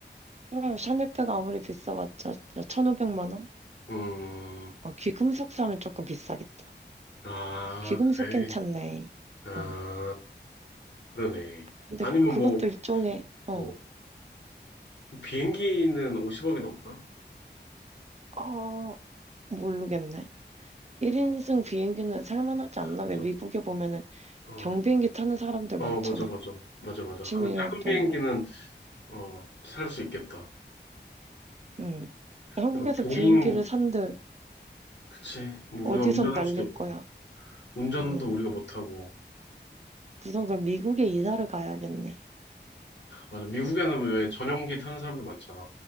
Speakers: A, on the right; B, on the left.
A: 그래 샤넬백 아무리 비싸봤자 1,500만 원?
B: 음,
A: 어, 귀금속 사면 조금 비싸겠다.
B: 아,
A: 귀금속
B: 그래.
A: 괜찮네.
B: 아,
A: 응.
B: 그러네.
A: 근데
B: 아니면
A: 그것도
B: 뭐,
A: 일종의 어,
B: 뭐, 비행기는 50억이 넘나?
A: 아 모르겠네. 1인승 비행기는 살만하지 않나?
B: 맞아.
A: 왜 미국에 보면은
B: 어,
A: 경비행기 타는 사람들
B: 어,
A: 많잖아.
B: 맞아, 맞아. 맞아, 맞아.
A: 취미
B: 그거 작은
A: 활동으로.
B: 비행기는, 어, 살 수 있겠다.
A: 응. 한국에서
B: 근데 막 보잉,
A: 비행기를 산들
B: 그치. 뭐
A: 어디서
B: 우리가 운전할
A: 날릴
B: 수도,
A: 거야?
B: 운전도
A: 음.
B: 우리가 못하고.
A: 우선 그럼 미국에 이사를 가야겠네.
B: 맞아. 미국에는 왜 전용기 타는 사람들 많잖아.